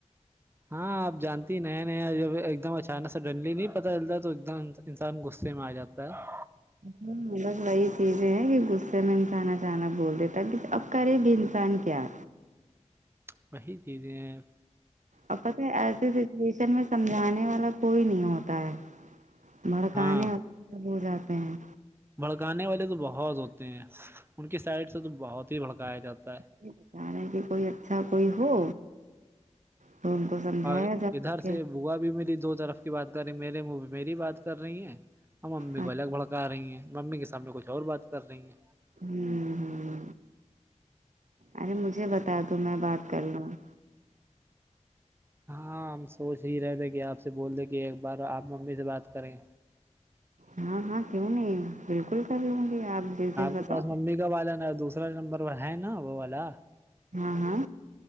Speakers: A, on the right; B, on the right.
A: ہاں آپ جانتی نیا نیا ایک دم اچانک سے ڈنلی لی انسان غصے میں ا جاتا ہے
B: ہاں بس وہی چیزیں ہے کہ غصے میں انساننا چنا بول دیتا کرے بھی انسان کیا
A: <unintelligible> چیزیں ہیں
B: اپا تو ایسے شن میں سمجھانے والا کوئی نہیں ہوتا ہے بھڑکانے
A: ہاں
B: وال سب ہو جاتا ہوں
A: بھڑکانے والے تو بہت ہوتے ہیں ان کی سائڈ سے تو بہت ہی بھڑکایا جاتا ہے
B: یہ بتا رہے کہ کوئی اچھا کوئی ہو تو ان کو سمجھایا
A: اور
B: جا
A: ادھر
B: سکے
A: سے بوا بھی میری دو طرف کی بات کر رہی میرے م میری بات کر رہی ہیں ہم امی
B: ہمم
A: کو الگ بھڑکا رہی ہیں ممی کے سامنے کچھ اور بات کر رہی ہیں
B: ہوں ہ ارے مجھے بتا دو میں بات کر لوں ہوں
A: ہاں ہم سوچ ہی رہے تھے کہ آپ سے بول دیں کہ ایک بار آپ ممی سے بات کریں
B: ہاں ہاں کیوں نہیں بالکل کبھی ہوں گی آپ جس دن بتاؤ
A: کے پاس ممی والا ن دوسرا نمبر ہے نا وہ والا
B: ہاں ہاں